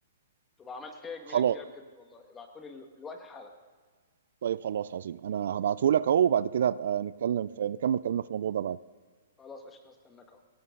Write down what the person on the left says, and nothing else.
تبقى عملت فيها جميله
كبيره بجد والله ابعتولي ال- الوقت حالا
خلاص قشطه هستناك اهو